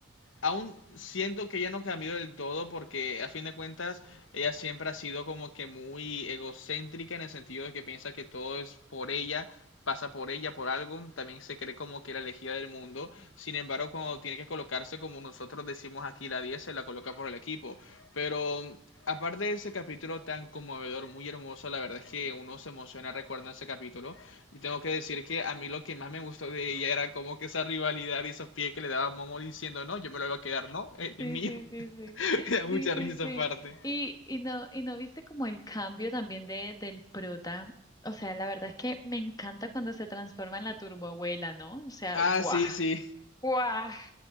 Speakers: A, on the left; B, on the left.
A: aún siento que ella no cambió del todo porque a fin de cuentas ella siempre ha sido como que muy egocéntrica en el sentido de que piensa que todo es por ella, pasa por ella, por algo, también se cree como que la elegida del mundo, sin embargo cuando tiene que colocarse como nosotros decimos aquí la diez se la coloca por el equipo, pero aparte de ese capítulo tan conmovedor, muy hermoso, la verdad es que uno se emociona recordando ese capítulo, y tengo que decir que a mí lo que más me gustó de ella era como que esa rivalidad y esos pies que le daba Momo diciendo, no, yo me lo voy a quedar, no, Eh, es
B: Sí,
A: mío.
B: sí, sí,
A: <laughs>
B: sí. <gasps>
A: Me da mucha
B: Sí, sí,
A: risa
B: sí.
A: aparte.
B: Y, y no, y no viste como el cambio también de, del prota. O sea, la verdad es que me encanta cuando se transforma en la turboabuela, ¿no? O sea,
A: Ah,
B: guau,
A: sí, sí.
B: guau.